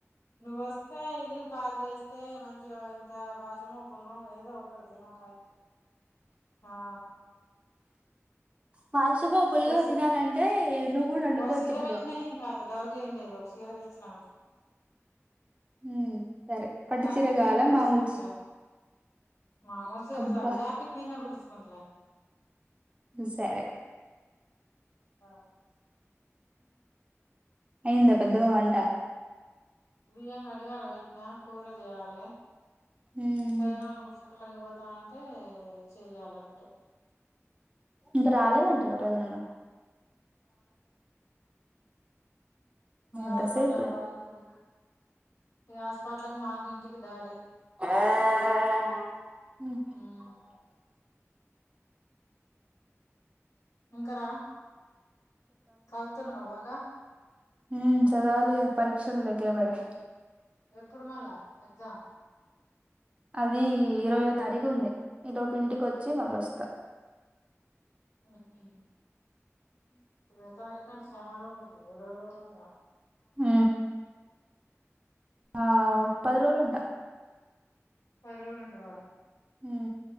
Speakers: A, on the left (about 85°); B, on the right (about 25°).
A: నువ్వొస్తే ఇల్లు ఖాళి చేస్తే మంచిగా ఇంత పాయసమో పులగమో ఏదో ఒకటి తినాలి ఆ
B: పాయసమో పులిగో
A: ఓ సి
B: తినాలంటే నువ్వు కూడా వండుకోవచ్చు
A: ఓ సీర
B: ఇప్పుడు
A: పెట్నా ఏమీకాదు డౌట్ ఏం లేదు కావ ర తెచ్చన
B: ఉమ్ సరే పట్టుచీర
A: జాకెట్
B: కావాలా
A: నేనే కుట్టించుకుంటలే
B: మామూలు
A: మామూలు చీర
B: అబ్బా
A: చాలు జాకెట్ నేనే కుట్టించ కుంట్లె
B: సరే
A: ఆ
B: అయిందా పొద్దున వంట
A: బియ్యం కడిగి ఆడ పెట్టిన కూర చెయ్యాలె
B: హ్మ్
A: పైనా వాళ్ళ గుడుస ఆడికిపోతా అంటే చెయ్యాలెంబటె
B: ఇంక రాలేదంట కద ప్రవీణన్న
A: మళ్ళా
B: ఎంతసేపులే
A: హాస్పట్లా పోవాలి ఇప్పుడు ఏ హాస్పట్లకు మార్నింగ్ పటలకీ దారి
B: హ్మ
A: ఉమ్ ఇంకరా చదువుతున్నవ బాగా
B: హ్మ చదవాలిగ పరీక్షలు దగ్గరబడ్డయ్
A: ఎప్పుడు మళ్ళా ఎగ్జామ్
B: అదీ ఇరవైయో తారీఖు ఉంది ఈ లోపు ఇంటికి వచ్చి మళ్ళ వస్త
A: ఆహా ఇరవైతారీఖంటే చాన రోజలు ఉంది ఇరవై రోజులు ఉన్నయి
B: హ ఆ పద రోజలు
A: పది రోజులు ఉంటావా?
B: హ